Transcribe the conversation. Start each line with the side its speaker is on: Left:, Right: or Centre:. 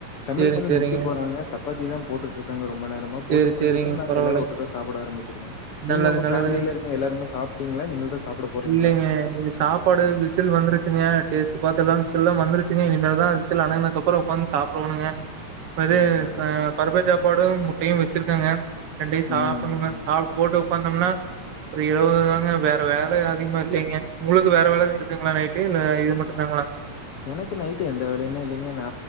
Left: சமையல்
Right: சேரி
Left: பண்ணி
Right: சேரிங்க
Left: முடிக்க போறாங்க சப்பாத்திதா போட்டுட்ருக்காங்க ரொம்ப நேரமா
Right: சேரி
Left: போட்டு முடிச்சதுன்
Right: சேரிங்க
Left: நாங்க
Right: பரவாயில்லைங்க
Left: எல்லாரு ஒட்டுக்கா சாப்பிட ஆரம்பிச்சிருவோ நீங்க
Right: நல்லது
Left: உங்க
Right: நல்லது
Left: ஃபேமிலில இருக்கவங்க எல்லாருமே சாப்ட்டிங்ளா இனிமேல்தா சாப்ட போறிங்ளா
Right: இல்லைங்க இது சாப்பாடு விசில் வந்துருச்சுங்க டேஸ்ட் பாத்து எல்லா விசில்லா வந்துருச்சுங்க இனிமேல்தா விசில் அடங்குனதுகப்பற உக்காந்து சாப் சாப்பட்டு டோணுங்க அது
Left: நல்லது
Right: ச பருப்பு சாப் பாடும் முட்டையு வெச்சிருக்கங்க ரெண்டையு சாப்டன்னுங்க
Left: ம்
Right: சாப்ட்டு போட்டு உக்காந்தம்னா ஒரு இருவது தாங்க வேற வேலை அதிகமா இல்லைங்க உங்களுக்கு வேற வேலை இருக்குதுங்ளா நைட்டு இல்ல இது மட்டுந்தாங்ளா
Left: எனக்கு நைட்டு எந்த வேலையுமே இல்லைங்க நா